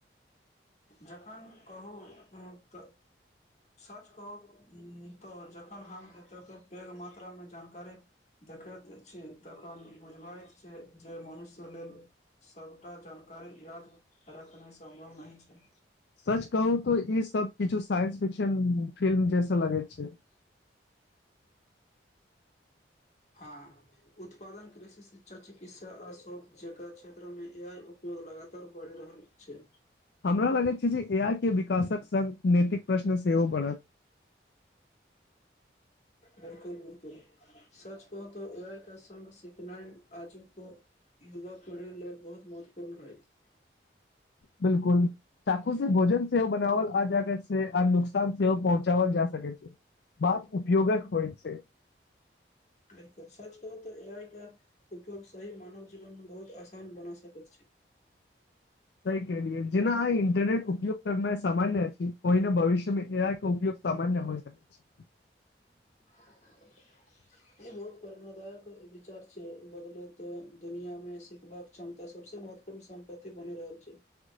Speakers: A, on the left; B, on the left.
A: जखन कहू कुनु तऽ <unintelligible> सच कहू तऽ जखन हम एतेक पैघ मात्रा मे जानकारी देखैत छी तखन बुझबैत छी जे मनुष्य लेल सबटा जानकारी याद रखनाय सम्भव नहि छै
B: सच कहू तो ई सब किछु साइंस फिक्शन फिल्म जैसा लगैत छै
A: <inaudible> हँ उत्पादन कृषि शिक्षा चिकित्सा आ शोध जेकरा क्षेत्र मे ए आय उपयोग लगातार बढ़ि रहल छै
B: हमरा लगैत छै जे ए आइ के विकासक संग नैतिक प्रश्न सेहो बढ़त
A: बिलकुल बिलकुल सच कहू तऽ ए आइ के संग सिखनाइ आजूक युवा पीढ़ी लेल बहुत महत्वपूर्ण होयत
B: बिलकुल चाकू से भोजन से हो बनावल आ जा कऽ छै आ नुकसान सेहोव पहुँचावल जा सकै छै बात उपयोगक होइ छै
A: बिलकुल सच कहू तऽ ए आइ के उपयोग सही मानव जीवन बहुत आसान बना सकैत छै
B: <inaudible> सही कहलियै जेना आय इंटरनेट उपयोग करनाय सामान्य अछि ओहिना भविष्य मे उपयोग सामान्य होइ सकैत छै
A: <inaudible>
B: <inaudible>
A: ई बहुत प्रेणादायक विचार छै बदलेत दुनिया मे सिखबाक क्षमता सबसे म महत्वपूर्ण सम्पत्ति बनि रहल छै